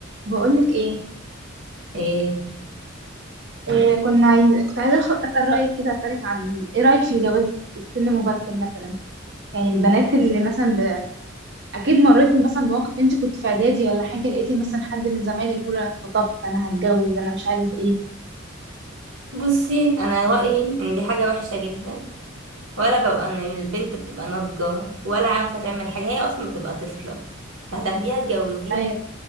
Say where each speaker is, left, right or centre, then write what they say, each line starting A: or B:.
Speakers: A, on the right; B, on the right.
A: بقولك ايه,
B: ايه
A: إيه كنا عايز... كنت عايزه أخ- اسال رايك كده اسالك عن ايه رايك في الجواز في سن مبكر مثلا يعني البنات اللي مثلا ب... اكيد مريتي مثلا بموقف انت كنت في اعدادي ولا حاجه لقيتي مثلا حد من زمايلك بيقول انا اتخطبت انا هتجوز انا مش عارف ايه
B: بصي انا رايي ان دي حاجه وحشه جدا ولا ببقى انا البنت بتبقى ناضجه ولا عارفه تعمل حاجه هي اصلا بتبقى طفله فهتاخديها تجوزيها
A: ايوه